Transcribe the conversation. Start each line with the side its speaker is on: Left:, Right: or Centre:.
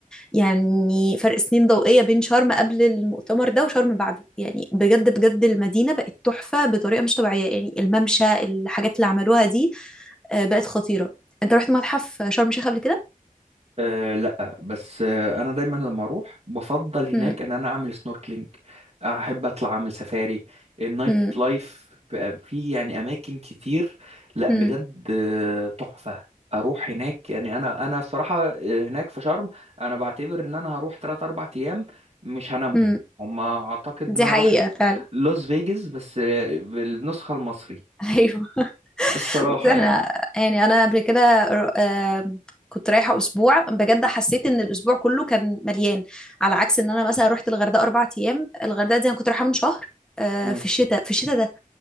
Centre: يعني فرق سنين ضوئية بين شرم قبل المؤتمر ده وشرم بعده يعني بجد بجد المدينة بقت تحفة بطريقة مش طبيعية يعني الممشى الحاجات اللي عملوها دي آه، بقت خطيرة انت رحت متحف شرم الشيخ قبل كده؟
Right: أه لا بس أه انا دايما لما اروح بفضل هناك
Centre: مم.
Right: ان انا اعمل سنوركلينج احب اطلع اعمل سفاري النايت
Centre: مم.
Right: لايف في في يعني اماكن كتير لا
Centre: مم.
Right: بجد آه، تحفة اروح هناك يعني انا انا الصراحة آه، هناك في شرم انا بعتبر ان انا هروح 3 4 ايام مش هنامهم
Centre: مم.
Right: هما اعتقد
Centre: دي
Right: ان انا
Centre: حقيقة
Right: اروح
Centre: فعلا
Right: لاس فيجاس بس آه، بالنسخة المصري
Centre: <laughs> ايوه
Right: الصراحة
Centre: بس احنا
Right: يعني
Centre: يعني انا قبل كده ر- آم، كنت رايحة أسبوع بجد حسيت إن الأسبوع كله كان مليان على عكس إن أنا مثلا رحت الغردقة أربع أيام الغردقة دي أنا كنت رايحة من شهر آه،
Right: مم.
Centre: في الشتاء في الشتاء ده